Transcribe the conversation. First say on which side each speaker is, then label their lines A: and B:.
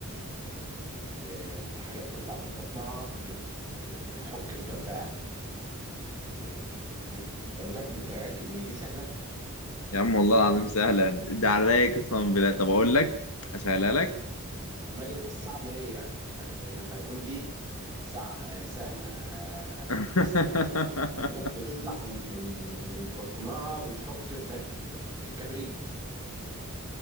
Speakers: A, on the right (about 20°); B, on the left (about 75°).
A: ده حاجه بتطلع من بطنها بت... بتحك في جنبها إيه. وانت متاكد متاكد ان دي سهله
B: يا عم والله العظيم سهلة ده على الرايق قسما بالله طب أقول لك أسهلها لك
A: امال الصعبه ايه يعني يعني لما يكون دي سع... آه، سهله آه،
B: <laughs>
A: استنى استنى حاجه بتطلع من من من بطنها بتحك في ده الكبريت